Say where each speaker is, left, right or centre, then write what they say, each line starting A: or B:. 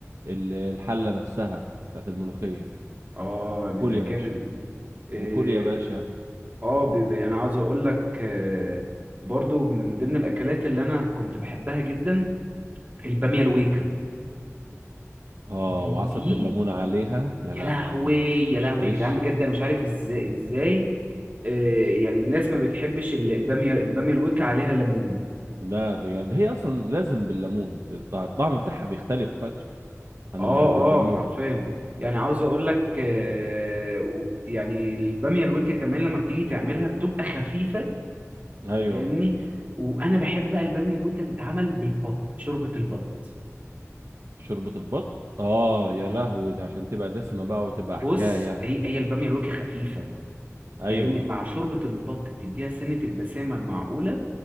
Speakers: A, on the right; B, on the right.
A: ال- الحله نفسها بتاعت الملوخيه
B: اه
A: وكل
B: بيبقى
A: يا
B: جامد
A: باشا
B: إيه،
A: وكل يا باشا
B: اه بيبقى انا عاوز اقول لك آه، برضو من ضمن الاكلات اللي انا كنت بحبها جدا البامية الويكا
A: اه
B: دي
A: وعصره
B: دي
A: الليمون عليها يا
B: يا
A: لهوي
B: لهوي يا لهوي
A: عيش
B: يا جدعان بجد انا مش عارف ازاي ازاي آه، يعني الناس ما بتحبش ال- البامية البامية الويكا عليها ليمون
A: لا ده جامد هي اصلا لازم بالليمون الط- الطعم بتاعها بيختلف فش عن
B: اه
A: اللي بالليمون
B: اه حرفيا يعني عاوز اقول لك آه، و- يعني الباميه الويكا كمان لما بتيجي تعملها بتبقى خفيفه
A: ايوه
B: فاهمني وانا بحب بقى الباميه الويكا تتعمل بالبط شوربه البط
A: شوربة البط اه يا لهوي ده عشان تبقى دسمة بقى وتبقى
B: بص
A: حكاية
B: هي هي الباميه الويكا خفيفه
A: ايوه
B: فاهمني مع شوربه البط بتديها سنه الدسامه المعقوله